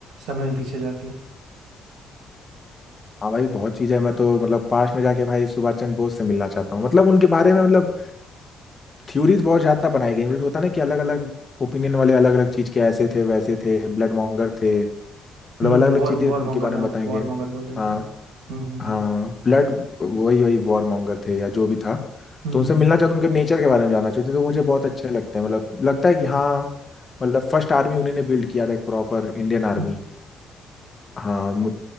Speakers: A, on the right (about 85°); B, on the left (about 30°).
A: समय में पीछे जाके
B: हाँ भाई बहुत चीजें हैं। मैं तो मतलब पास में जाके भाई सुभाष चंद्र बोस से मिलना चाहता हूँ मतलब उनके बारे में मतलब थ्योरीज बहुत ज्यादा बनाई गई मतलब होता है ना कि अलग अलग ओपिनियन वाले अलग अलग चीज के ऐसे थे वैसे थे ब्लड मॉन्गर थे मतलब
A: हम्म
B: अलग अलग
A: वॉर
B: चीजें
A: वॉर
B: उनके
A: मॉन्गर
B: बारे
A: हाँ
B: में बताई
A: वॉर
B: गई
A: मॉन्गर बोल देते
B: हाँ
A: हैं हम्म हम्म
B: हाँ
A: हम्म
B: ब्लड वही वही वॉर मॉन्गर थे या जो भी था
A: हम्म,
B: तो उनसे
A: हम्म,
B: मिलना चाहता हूँ उनके नेचर के बारे में जानना चाहते तो मुझे बहुत अच्छे लगते हैं मतलब लगता है कि हाँ मतलब फर्स्ट आर्मी उन्हीं ने बिल्ड किया था एक प्रॉपर इंडियन आर्मी
A: हम्म।
B: हाँ मुझ-